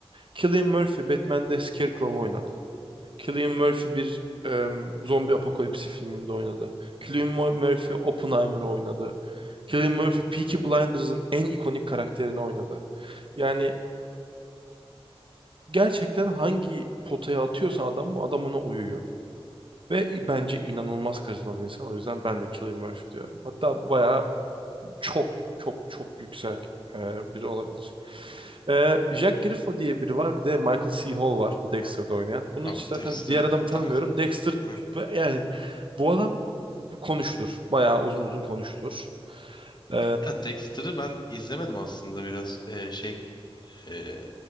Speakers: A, on the right; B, on the left.
A: Cillian Murphy Batman'de Scarecrow oynadı. Cillian Murphy bir em, zombi apokalipsi filminde oynadı. Cillian Mur- Murphy Oppenheimer'ı oynadı. Cillian Murphy Peaky Blinders'ın en ikonik karakterini oynadı. Yani gerçekten hangi potaya atıyorsan adamı adam ona uyuyor. Ve bence inanılmaz karizma bir insan. O yüzden ben de Cillian Murphy diyorum. Hatta bayağı çok çok çok yüksek e, biri olabilir. E, Jack Griffo diye biri var. Bir de Michael C. Hall var. Bu Dexter'da oynayan. Bunu
B: Abi
A: hiç zaten
B: Dexter
A: diğer adamı tanımıyorum.
B: tar.
A: Dexter
B: Hı.
A: yani bu adam konuşulur. Bayağı uzun uzun konuşulur. E,
B: Ya Dexter'ı ben izlemedim aslında biraz Ee, şey ee,